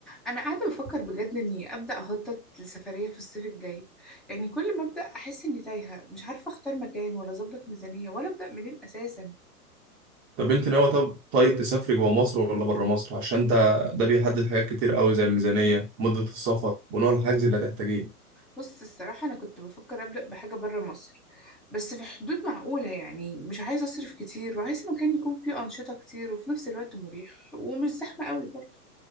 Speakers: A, in the centre; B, on the right (about 35°).
A: انا قاعده بفكر بجد اني ابدا اخطط لسفريه في الصيف الجاي يعني كل ما ابدا احس اني تايهه مش عارفه اختار مكان ولا اظبط ميزانيه ولا ابدا منين اساسا
B: طب انت ناوي طب طيب تسافري جوه مصر ولا بره مصر عشان ده ده بيحدد حاجات كتير قوي زي الميزانية مدة السفر ونوع الحجز اللي هتحتاجيه
A: بص الصراحه انا كنت بفكر ابدا بحاجه بره مصر بس في حدود معقوله يعني مش عايزه اصرف كتير وعايز مكان يكون فيه انشطه كتير وفي نفس الوقت مريح ومش زحمه قوي برضه